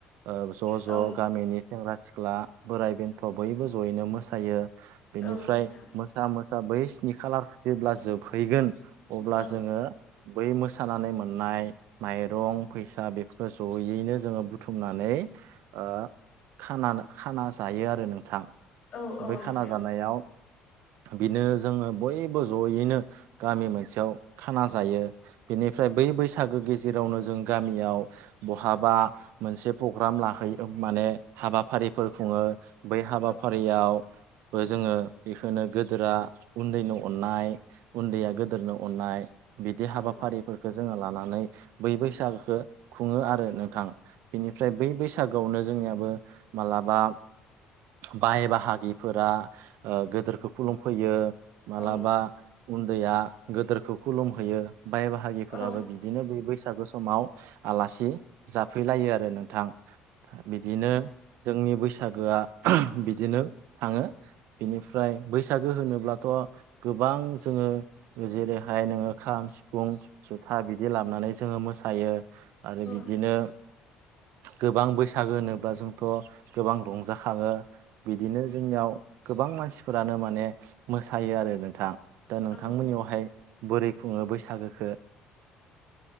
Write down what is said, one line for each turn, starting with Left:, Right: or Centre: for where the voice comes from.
Right: ओ ज'
Left: औ
Right: ज' गामिनि सेंग्रा सिख्ला बोराय बेन्थ बयबो जयैनो मोसायो। बेनिफ्राय
Left: औ नोंथां
Right: मोसा मोसा बै स्नि खालार जेब्ला जोबहैगोन अब्ला
Left: औ
Right: जोङो बै मोसानानै मोननाय माइरं, फैसा बेफोर जयैनो जोङो बु थुमनानै
Left: औ
Right: ओ खाना-खाना जायो आरो नोंथां।
Left: औ औ
Right: बै
Left: नोंथां
Right: खाना
Left: औ
Right: जानायाव बिनो जोङो बयबो जयैनो गामि मोनसेयाव खाना जायो बेनिफ्राय बै बैसागो गेजेरावनो जों गामियाव बहाबा मोनसे प्रग्राम लाहैयो माने हाबाफारिफोर खुङो बै
Left: औ
Right: हाबाफारियाव जोङो बेखौनो गेदेरा उन्दैनि अननाय उन्दैया गोदोरनो अननाय बिदि हाबाफारि
Left: औ
Right: फोरखौ जोङो लानानै बै बैसागोखौ खुङो आरो नोंथां बिनिफ्राय बै बैसागोआवनो जोंनियाबो मालाबा बाय बाहागिफोरा गोदोरखौ खुलुमफैयो मालाबा
Left: औ नोंथां औ
Right: उन्दैया गोदोरखौ खुलुमहोयो बाय बाहाय बाहागिफोराबो
Left: औ
Right: बिदिनो बे बैसागु समाव आलासि जाफैलायो आरो नोंथां। बिदिनो जोंनि बैसागोआ बिदिनो थाङो बिनिफ्राय बैसागो होनोब्लाथ' गोबां जोङो जेरै र ओमफ्राय नोङो खाम सिफुं जुथा बिदि लाबोनानै जोङो मोसायो आरो बिदिनो
Left: नोंथां
Right: गोबां बैसागो होनोब्ला जोंथ गोबां रंजाखाङो बिदिनो जोंनियाव गोबां मानसिफोरानो माने मोसायो आरो नोंथां। दा नोंथांमोननियावहाय
Left: औ औ
Right: बोरै खुङो बैसागोखौ